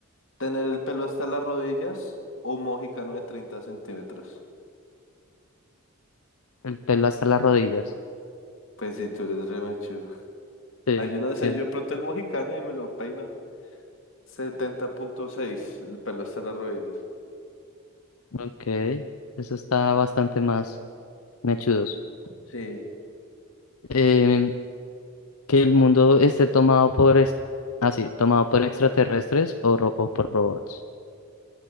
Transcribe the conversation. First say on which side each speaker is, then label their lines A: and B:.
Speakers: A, on the left; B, on the left.
A: ¿Tener el pelo hasta las rodillas o un mojicano de 30 centímetros?
B: El pelo hasta las rodillas.
A: Pues si tú eres re machudo.
B: Sí,
A: Ah, yo no
B: sí.
A: sé, yo de pronto el mojicano y me lo peino. Setenta punto seis, el pelo hasta las rodillas.
B: Ok, eso está bastante más mechudos.
A: Sí.
B: Eh, que el mundo esté tomado por, ex- ah, sí, tomado por extraterrestres o, ro- o por robots.